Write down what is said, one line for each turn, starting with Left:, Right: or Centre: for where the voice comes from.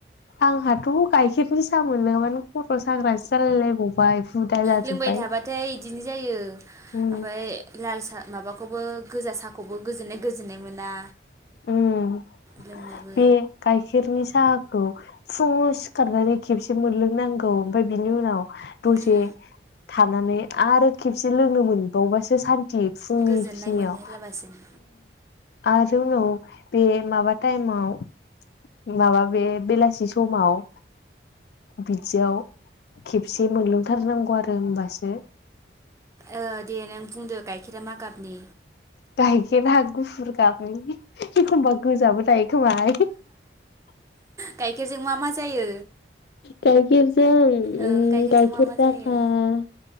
Left: आंहाथ' गायखेरनि सा मोनलोङाबानो खर' साग्रासो जालायलायबावबाय हुदा जाजोब्बाय
Right: लोंबाय थाबाथाय बिदिनो जायो। ओमफ्राय
Left: उम
Right: लाल साह माबाखौबो गोजा साहाखौबो गोजोननाय गोजोननाय मोना।
Left: उम।
Right: लोंबाबो
Left: बे गाइखेरनि साहाखौ फुङाव सिखारनानै खेबसे मोनलोंनांगौ ओमफ्राय बिनि उनाव दसे
Right: उम
Left: थानानै आरो खेबसे लोंनो मोनबावबासो सान थि फुंनि
Right: गोजोननाय
Left: खिनियाव
Right: मोनलायलाबासिनो
Left: आरो उनाव बे माबा टाइमाव माबा बे बेलासि समाव बिदियाव खेबसे मोनलोंथारनांगौ आरो होमबासो
Right: ओ दे नों बुंदो गाइखेरा मा गाबनि।
Left: गायखेरा गुफुर गाबोन एखमबा गोजाबो थायोखोमाह।
Right: गाइखेरजों मा मा जायो?
Left: गाइखे जों
Right: ओ
Left: उम
Right: गाइखेरजों
Left: गाइखेर
Right: मा मा
Left: दा
Right: जायो
Left: ओ